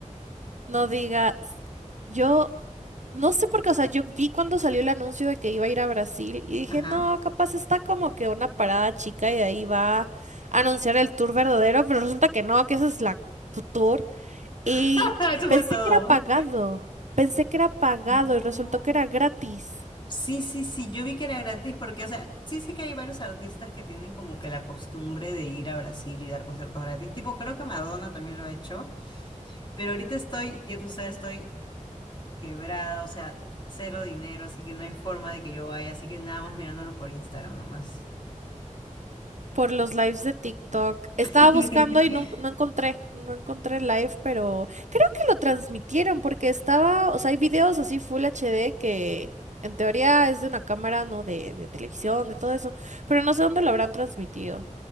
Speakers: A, on the right (about 65°); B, on the left (about 35°).
A: No digas, yo no sé por qué, o sea, yo vi cuando salió el anuncio de que iba a ir a Brasil y dije,
B: Ajá.
A: no, capaz está como que una parada chica y de ahí va a anunciar el tour verdadero, pero resulta que no, que esa es la tu tour. Y
B: <laughs> Eso
A: pensé
B: fue todo.
A: que era pagado, pensé que era pagado
B: No.
A: y resultó que era gratis.
B: Sí, sí, sí, yo vi que era gratis porque, o sea, sí sé que hay varios artistas que tienen como que la costumbre de ir a Brasil y dar conciertos gratis. Tipo, creo que Madonna también lo ha hecho, pero ahorita estoy, ya tú sabes, estoy quebrada, o sea, cero dinero, así que no hay forma de que yo vaya, así que nada más mirándolo por Instagram nomás.
A: Por los lives de TikTok.
B: <laughs>
A: Estaba buscando y no, no encontré, no encontré live, pero creo que lo transmitieron porque estaba, o sea, hay videos así Full HD que en teoría es de una cámara, ¿no? De, de televisión, de todo eso, pero no sé dónde lo habrán transmitido.